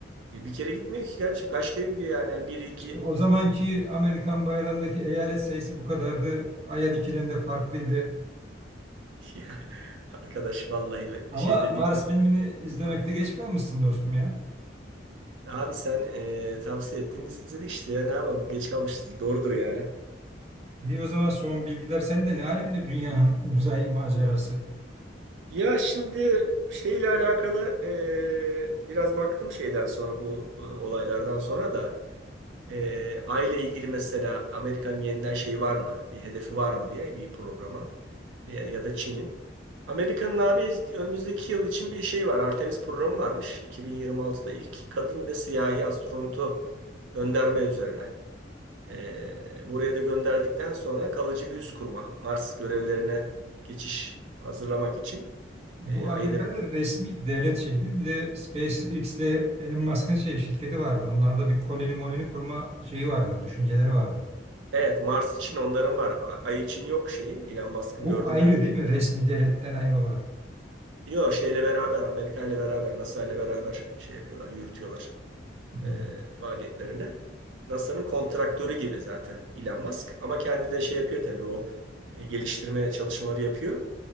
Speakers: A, on the right (about 85°); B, on the right (about 35°).
A: E, bir kere gitmiyor ki kardeşim. Kaç kere gidiyor yani? Yani bir iki.
B: İşte o zamanki
A: <laughs>
B: Amerikan bayrağındaki eyalet sayısı bu kadardı. Ay'a dikilen de farklıydı.
A: Ya, arkadaş vallahi be-
B: Ama
A: şey dedi.
B: Mars filmini izlemekte geç kalmışsın dostum ya.
A: Abi sen e, tavsiye ettin. Biz dedik işte ya ne yapalım? Geç kalmışızdır. Doğrudur yani.
B: Niye o zaman son bilgiler sende? Ne alemde dünyanın <laughs> uzay macerası?
A: Ya şimdi şeyle alakalı e, biraz baktım şeyden sonra bu e, olaylardan sonra da e, aile ilgili mesela Amerikan yeniden şey var mı? Bir hedefi var mı diye bir programa. ya ya da Çin'in. Amerika'nın abi önümüzdeki yıl için bir şey var. Artemis programı varmış. 2026'da ilk kadın ve siyahi astronotu gönderme üzerine. Ee, buraya da gönderdikten sonra kalıcı bir üs kurma. Mars görevlerine geçiş hazırlamak için.
B: Bu
A: Ee, ayı
B: Amerika'nın
A: da
B: resmi devlet şeyi değil mi? Bir de SpaceX ile Elon Musk'ın şey, şirketi vardı. Onlarda bir koloni moloni kurma şeyi vardı, düşünceleri vardı.
A: evet Mars için onların var. A- Ay için yok şeyin. Elon Musk'ın
B: Bu
A: gördüğüm
B: ayrı
A: kadarıyla.
B: değil mi? Resmi devletten ayrı olarak.
A: Yok şeyle beraber Amerika ile beraber NASA ile beraber şey yapıyorlar, yürütüyorlar.
B: Hı.
A: e, faaliyetlerine. NASA'nın kontraktörü gibi zaten Elon Musk. Ama kendi de şey yapıyor tabii o e, geliştirme çalışmaları yapıyor.